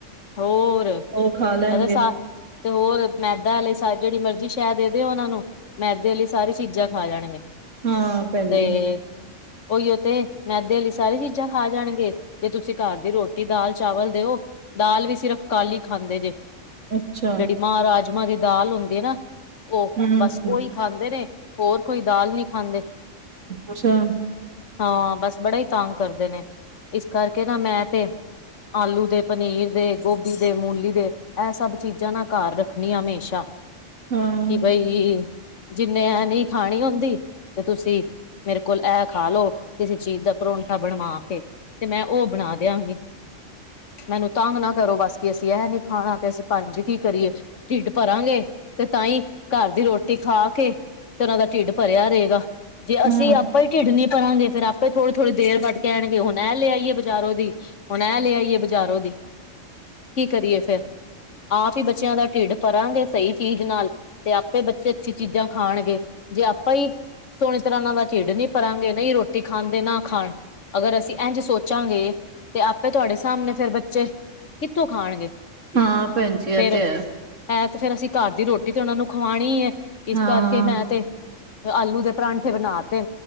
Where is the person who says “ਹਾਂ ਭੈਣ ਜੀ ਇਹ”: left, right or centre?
Right